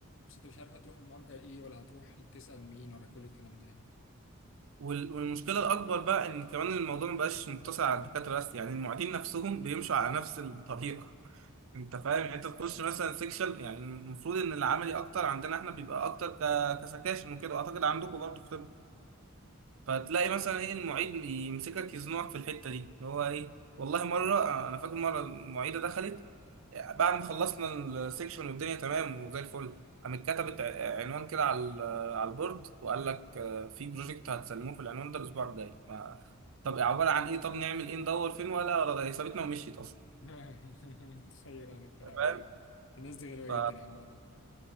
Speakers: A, on the left; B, on the right.
A: بس انت مش عارف هتروح المرجع ايه ولا هتروح تسال مين ولا كل الكلام ده يعني
B: وال- والمشكله الاكبر بقى ان كمان الموضوع ما بقاش مقتصر على الدكاتره بس يعني المعيدين نفسهم بيمشوا على نفس الطريقه <laughs> انت فاهم يعني انت تخش مثلا سيكشن يعني المفروض ان العملي اكتر عندنا احنا بيبقى اكتر ك- كسكاشن وكده اعتقد عندكم برضه في طب فتلاقي مثلا ايه المعيد يمسكك يزنقك في الحته دي اللي هو ايه والله مره انا فاكر مره المعيده دخلت بعد ما خلصنا السكشن والدنيا تمام وزي الفل قامت كتبت ع- عنوان كده على ال- على البورد وقال لك آه، في بروجكت هتسلموه في العنوان ده الاسبوع الجاي ما- طب عباره عن ايه طب نعمل ايه ندور فين ولا سابتنا ومشيت اصلا
A: <laughs> متخيل انا الكلام
B: فاهم
A: ده يعني الناس دي غريبه
B: ف...
A: جدا يا عم والله